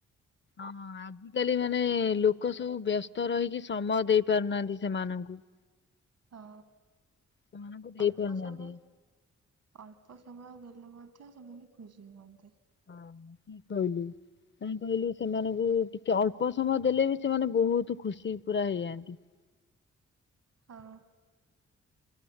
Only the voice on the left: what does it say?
ହଁ ଆଜିକାଲି ମାନେ ଲୋକ ସବୁ ବ୍ୟସ୍ତ ରହିକି ସମୟ ଦେଇ ପାରୁନାହାନ୍ତି ସେମାନଙ୍କୁ। <unintelligible>
ସେମାନଙ୍କୁ ଦେଇ
ପାରୁନାହାନ୍ତି
ହଁ ଠିକ୍ କହିଲେ। କାହିଁକି କହିଲେ ସେମାନଙ୍କୁ ଟିକେ ଅଳ୍ପ ସମୟ ଦେଲେ ବି ସେମାନେ ବହୁତ୍ ଖୁସି ପୁରା ହେଇଯାଆନ୍ତି। <inaudible>